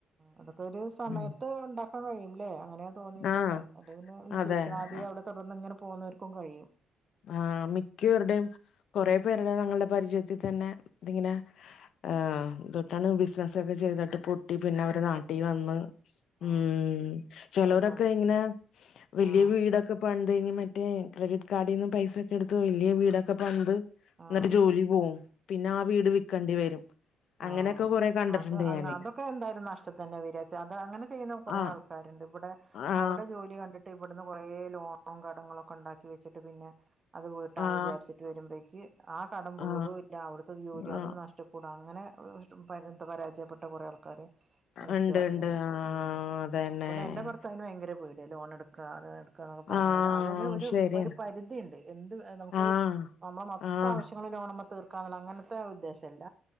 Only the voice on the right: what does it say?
അതൊക്കെ ഒരു സമയത്ത്
ഉണ്ട ഉണ്ടാക്കാന് കഴിയും ല്ലേ അങ്ങനെയാ തോന്നിയിട്ടുള്ളേ
അല്ലേ പിന്നെ വിജയിക്കനാദ്യേ
അവിടെ തുടർന്ന് ഇങ്ങനെ പോകുന്നവർക്കും കഴിയും.
പൊട്ടിപ്പോയി
ആഹ്
അങ്ങനത്തെ ആൾ
ആഹ്
ആഹ്
ആ.
അത് അ
അതൊക്കെ എന്തായാലും നഷ്ടം തന്നെ വരാ ച അത് അങ്ങനെ ചെയ്യുന്ന കുറ
ആൾക്കാരുണ്ട് ഇവിടെ
അവിടെ ജോലി കണ്ടിട്ട് ഇവിടുന്ന് കൊറേ ലോണും കടങ്ങളും ഒക്കെ ഉണ്ടാക്കി വെച്ചിട്ട് പിന്നെ അത് വീട്ടാന്ന്
വിചാരിച്ചിട്ട് വരുമ്പോഴേക്ക് ആ കടം വീടു
ഇല്ല അവിടത്തെ ജോലി
അതും നഷ്ടം. കുടാ അങ്ങനെ പരുന്ത് പരാജയപ്പെട്ട കുറെ ആൾക്കാര് എനിക്കും
അറിയ
ഉം
ഇവിടെ എന്റെ ഇ അതിന് ഭയങ്കര പേടിയ ലോൺ എടുക്കുക അത് എടുക്കുക എന്നക്കെ പറഞ്ഞാൽ
അതായത്
ഒരു പരിധി ഉണ്ട്. എന്ത് നമുക്ക്
നമ്മുടെ മൊത്തം
ആവിശ്യം ൾ ലോണ് മ്മ തീർക്കാനുള്ള അങ്ങനത്തെ ഉദ്ദേശല്ല